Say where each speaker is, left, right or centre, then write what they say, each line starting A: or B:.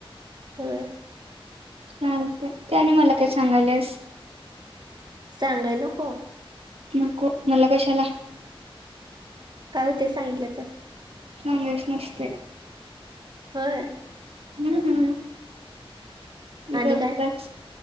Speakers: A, on the right; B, on the right.
A: होय
B: चालत, त्याने मला काय सांगालेस.
A: सांगाय नको.
B: नको मला कशाला
A: काय होतंय सांगितलं तर
B: सांगायचं नसतं
A: होय.
B: हम्म, हम
A: आणि
B: ग्
A: काय
B: बस,